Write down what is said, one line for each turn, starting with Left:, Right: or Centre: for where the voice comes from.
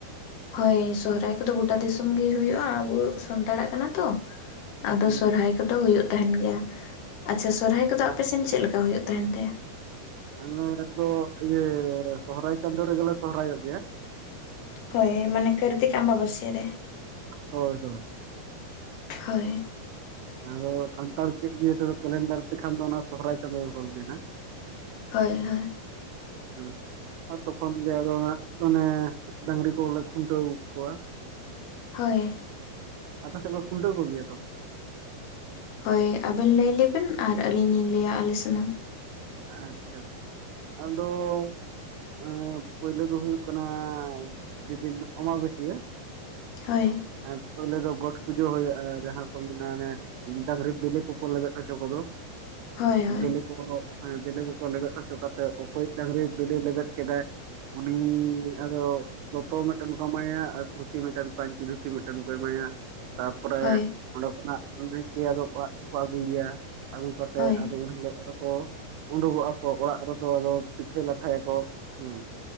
Left: ᱦᱳᱭ ᱥᱚᱦᱨᱟᱭ ᱠᱚᱫᱚ ᱜᱩᱴᱟ ᱫᱤᱥᱚᱢ ᱜᱮ ᱦᱩᱭᱩᱜᱼᱟ ᱾ ᱟᱵᱚ ᱥᱟᱱᱛᱟᱲᱟᱜ ᱠᱟᱱᱟ ᱛᱚ᱾ ᱟᱫᱚ
Right: ᱦᱩᱸ
Left: ᱥᱚᱨᱦᱟᱭ ᱠᱚᱫᱚ ᱦᱩᱭᱩᱜ ᱛᱟᱦᱮᱱ ᱜᱮᱭᱟ᱾ ᱟᱪᱪᱷᱟ, ᱥᱚᱨᱦᱟᱭ ᱠᱚᱫᱚ ᱟᱯᱮ ᱥᱮᱱ ᱪᱮᱫ ᱞᱮᱠᱟ ᱦᱩᱭᱩᱜ ᱛᱟᱦᱮᱱ ᱛᱮ?
Right: ᱟᱞᱮ ᱫᱚ ᱤᱭᱟᱹ ᱥᱚᱦᱨᱟᱭ ᱪᱟᱸᱫᱳ ᱨᱮᱜᱮ ᱞᱮ ᱥᱚᱦᱨᱟᱭ ᱚᱜ ᱜᱮᱭᱟ᱾
Left: ᱦᱳᱭ ᱢᱟᱱᱮ ᱠᱟᱹᱨᱛᱤᱠ ᱟᱢᱵᱟᱼᱵᱟᱹᱥᱭᱟ. ᱨᱮ᱾
Right: ᱦᱳᱭ ᱦᱳᱭ᱾
Left: ᱦᱳᱭ᱾
Right: ᱟᱫᱚ ᱥᱟᱱᱛᱟᱲ ᱪᱮᱫ ᱤᱭᱟ. ᱠᱮᱞᱮᱱᱰᱟᱨ ᱛᱮᱠᱷᱟᱱ ᱫᱚ᱾ ᱚᱱᱟ ᱥᱚᱦᱨᱟᱭ ᱪᱟᱸᱫᱳ ᱜᱮ ᱵᱚᱱ ᱢᱮᱱᱟ᱾
Left: ᱦᱳᱭ ᱦᱳᱭ᱾
Right: ᱦᱩᱸ ᱛᱚᱠᱷᱚᱱ ᱜᱮ ᱟᱫᱚ ᱚᱱᱮ, ᱰᱟᱹᱝᱨᱤ ᱠᱚᱞᱮ ᱠᱷᱩᱱᱴᱟᱹᱣ ᱠᱚᱣᱟ᱾
Left: ᱦᱳᱭ᱾
Right: ᱟᱯᱮ ᱥᱮᱜ ᱠᱚ ᱠᱷᱩᱱᱴᱟᱹᱣ ᱠᱚ ᱜᱮᱭᱟ ᱛᱚ?
Left: ᱦᱳᱭ, ᱟᱵᱮᱱ ᱞᱟᱹᱭ ᱞᱮᱵᱮᱱ ᱾ᱟᱨ ᱟᱹᱞᱤᱧ ᱞᱤᱧ ᱞᱟᱹᱭᱼᱟ ᱟᱞᱮ ᱥᱮᱱᱟᱜ᱾
Right: ᱟᱪᱪᱷᱟ, ᱟᱫᱚᱼᱼ ᱮᱸ ᱯᱟᱹᱭᱞᱳ ᱫᱚ ᱦᱩᱭᱩᱜ ᱠᱟᱱᱟ᱾ ᱡᱮᱫᱤᱱ ᱟᱢᱟᱵᱟ. ᱥᱭᱟ.
Left: ᱦᱳᱭ᱾
Right: ᱦᱮᱸ, ᱯᱳᱭᱞᱳ ᱫᱚ ᱜᱚᱴ ᱯᱩᱡᱟᱹ ᱦᱳᱭᱳᱜᱼᱟ ᱾ ᱡᱟᱦᱟᱸ ᱠᱚ ᱢᱮᱱᱟ ᱚᱱᱮ ᱰᱟᱝᱨᱤ ᱵᱮᱞᱮ ᱠᱚᱠᱚ ᱞᱮᱵᱮᱫ ᱦᱚᱪᱚ ᱠᱚᱫᱚ᱾
Left: ᱦᱳᱭ ᱦᱳᱭ
Right: ᱵᱮᱞᱮ ᱠᱚ ᱦᱮᱸ, ᱵᱮᱞᱮ ᱠᱚᱠᱚ ᱞᱮᱵᱮᱫ ᱦᱚᱪᱚ ᱠᱟᱛᱮ᱾ ᱚᱠᱚᱭᱮ ᱰᱟᱝᱨᱤ ᱵᱮᱞᱮ ᱞᱮᱵᱮᱫ ᱠᱮᱫᱟᱭ <unintelligible> ᱩᱱᱤᱻ ᱟᱫᱚ᱾ ᱫᱚᱛᱚ ᱢᱮᱫᱴᱮᱱ ᱠᱚ ᱮᱢᱟᱭᱟ ᱟᱨ ᱫᱷᱩᱛᱤ ᱢᱤᱫᱴᱮᱱ ᱯᱟᱹᱧᱪᱤ ᱫᱷᱩᱛᱤ ᱢᱤᱫᱴᱮᱱ ᱠᱚ ᱮᱢᱟᱭᱟ᱾ ᱛᱟᱯᱚᱨᱮ,
Left: ᱦᱳᱭ
Right: ᱚᱸᱰᱮ ᱠᱷᱚᱱᱟᱜ ᱱᱟᱭᱠᱮ ᱟᱫᱚ ᱚᱲᱟᱜ ᱛᱮᱠᱚ ᱟᱹᱜᱩᱭᱮᱭᱟ᱾ ᱟᱹᱜᱩ ᱠᱟᱛᱮᱫ
Left: ᱦᱳᱭ
Right: ᱟᱫᱚ ᱩᱱ ᱦᱤᱞᱳᱜ ᱟᱫᱚ ᱠᱚ ᱩᱰᱩᱠᱚᱜᱼᱟᱠᱚ ᱚᱲᱟᱜ ᱨᱮᱫᱚ ᱟᱫᱚ ᱯᱤᱴᱷᱟᱹ ᱞᱟᱴᱷᱟᱭ ᱟᱠᱚ᱾ ᱦᱩᱸ,